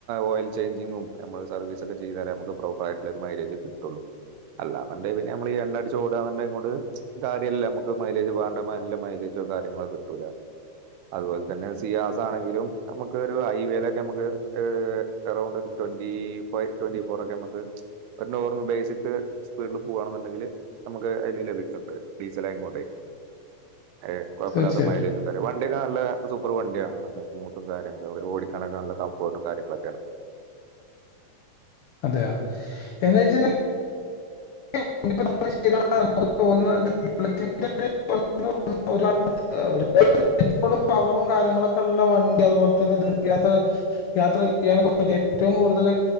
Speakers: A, on the right; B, on the left.
A: ഓയിൽ ചെയ്ഞ്ച് ഇതിന് മുൻപ് നമ്മള് സർവീസ് ഒക്കെ ചെയ്താലേ നമ്മക്ക് പ്രോപ്പറായിട്ടുള്ള ഒരു മൈലജ് കിട്ടുള്ളൂ അല്ലാന്നണ്ട് പിന്നെ നമ്മളീ എണ്ണടിച് ഓടാന്നീങ്ങോണ്ട് കാര്യല്ല നമുക്ക് മൈലേജ് വേണ്ട മാതിരില്ല മൈലേജ് ഒരു കാര്യങ്ങളെകിട്ടൂല അതുപോലെ തന്നെ സിയാസ് ആണെങ്കിലും നമുക്ക് ഒരു ഹൈവേലൊക്കെ നമ്മക്ക് അറൗണ്ട് ഒരു ട്വന്റി ഫൈവ് ട്വന്റി ഫോർ ഒക്കെ നമ്മക്ക് ഒരു <unintelligible> സ്പീഡിൽ പോകവാണെന്നുണ്ടെങ്കിൽ നമുക്ക് അതിൽ ലഭിക്കുന്നുണ്ട് ഡീസല ആയിങ്ങോണ്ടേ
B: <inaudible>
A: ഏ കൊഴപ്പല്ലാത്ത
B: തീർച്ചയായിട്ടും
A: മൈലേജ് ഉണ്ട വണ്ടിയൊക്കെ നല്ല സൂപ്പർ വണ്ടിയാണ് നല്ല സ്മൂത്ത് <unintelligible> ഓടിക്കാനൊക്കെ നല്ല കംഫർട്ടും കാര്യങ്ങളൊക്കെയാണ്
B: അതെയോ എന്ന വെച്ച കഴിഞാൽ <unintelligible> <unintelligible> ഫുൾ പവറും കാര്യങ്ങളൊക്കെ ഉള്ള വണ്ടി അതുപോലെ തന്നെ ദീർഘയാത്ര യാത്ര ചെയ്യാ നൊക്കെപറ്റിയ ഏറ്റവും കൂടുതൽ